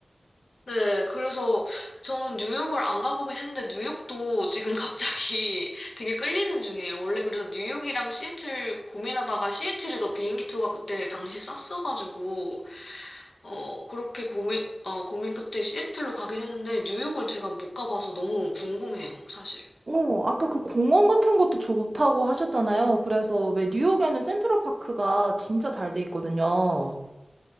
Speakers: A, on the left; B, on the right.
A: 네, 그래서 저는 뉴욕을 안 가보긴 했는데 뉴욕도 지금 갑자기 <laughs> 되게 끌리는 중이에요. 원래 그래서 뉴욕이랑 시애틀 고민하다가 시애틀이 더 비행기표가 그때 당시 쌌어가지고 어 그렇게 고민 어 고민 끝에 시애틀로 가긴 했는데 뉴욕을 제가 못 가봐서 너무 궁금해요, 사실.
B: 어, 아까 그 공원 같은 것도 좋다고 하셨잖아요. 그래서 왜 뉴욕에는 센트럴 파크가 진짜 잘 돼 있거든요.